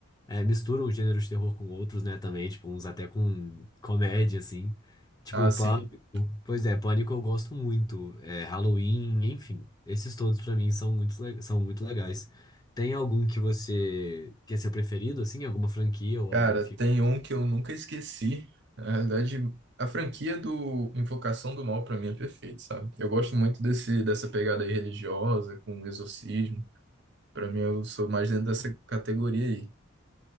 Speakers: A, on the left (about 20°); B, on the right (about 55°).
A: é, misturam gêneros de terror com outros, né? Também, tipo, uns até com comédia, assim. Tipo,
B: Ah, sim.
A: Pânico. Pois é, Pânico eu gosto muito. É, Halloween, enfim. Esses todos, pra mim, são muito, le- são muito legais. Tem algum que você. que é seu preferido, assim? Alguma franquia ou
B: Cara,
A: algum filme?
B: tem um que eu nunca esqueci. Na realidade, a franquia do Invocação do Mal pra mim é perfeita, sabe? Eu gosto muito desse dessa pegada aí religiosa com exorcismo. Pra mim eu sou mais dentro dessa categoria aí.